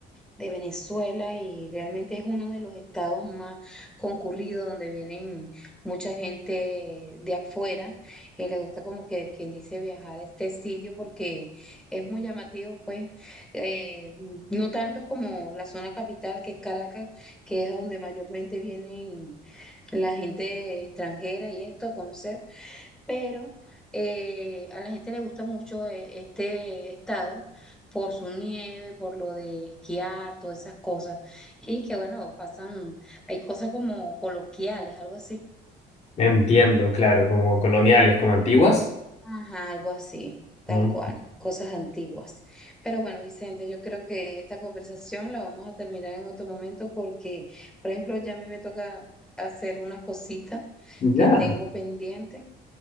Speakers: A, in the centre; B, on the left.
A: de Venezuela y realmente es uno de los estados más concurridos donde vienen mucha gente de afuera y le gusta como que quien dice viajar a este sitio porque es muy llamativo pues eh, no tanto como la zona capital que es Caracas que es a donde mayormente vienen la gente extranjera y esto a conocer pero eh, a la gente le gusta mucho eh, este estado por su nieve, por lo de esquiar, todas esas cosas, y que bueno, pasan, hay cosas como coloquiales, algo así.
B: Entiendo, claro, como coloniales, como antiguas.
A: Ajá, algo así, tal
B: Mm.
A: cual, cosas antiguas. Pero bueno, Vicente, yo creo que esta conversación la vamos a terminar en otro momento porque, por ejemplo, ya a mí me toca hacer unas cositas
B: Ya,
A: que tengo pendiente.